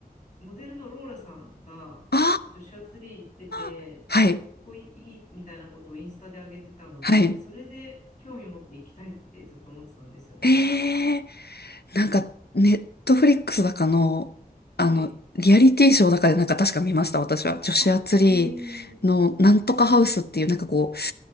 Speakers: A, on the left (about 50°); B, on the left (about 85°).
A: モデルのローラさんがジョシュアツリー行ってて、
B: ああ、はい、
A: で、ここいいみたいなことをインスタで上げてたので、
B: はい。
A: それで興味持って行きたいってずっと思ってたんですよね。
B: ええ
A: そ
B: なんか、ネットフリックスだかの、あの、
A: う。はい。
B: リアリティショーだかでなんか確か見ました、私は。女子アツリーのなんとかハウスっていう、
A: あ、えー、
B: なんかこう、